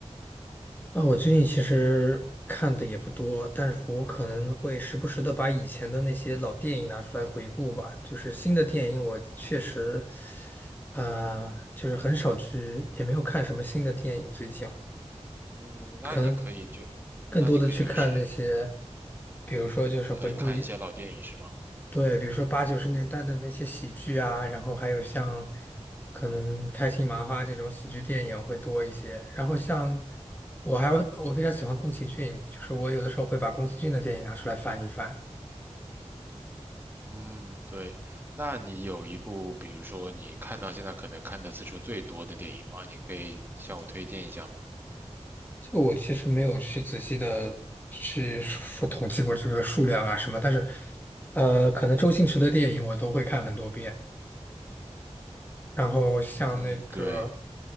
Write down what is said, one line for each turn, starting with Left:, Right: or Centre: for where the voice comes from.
Left: 啊，我最近其实看的也不多，但是我可能会时不时的把以前的那些老电影拿出来回顾吧。就是新的电影，我确实，啊、就是很少去，也没有看什么新的电影。最近
Right: 嗯，那你可以就，
Left: 可能更多的去看那些，
Right: 那你可以就是
Left: 比如说就是回顾。
Right: 呃看一些老电影是吗？
Left: 对，比如说八九十年代的那些喜剧啊，然后还有像可能开心麻花这种喜剧电影会多一些。然后像我还有我非常喜欢宫崎骏，就是我有的时候会把宫崎骏的电影拿出来翻一翻。
Right: 嗯，对。那你有一部，比如说你看到现在可能看的次数最多的电影吗？你可以向我推荐一下吗？
Left: 这个我其实没有去仔细的去说说统计过这个数量啊什么，但是呃，可能周星驰的电影我都会看很多遍。然后像那个
Right: 嗯，对。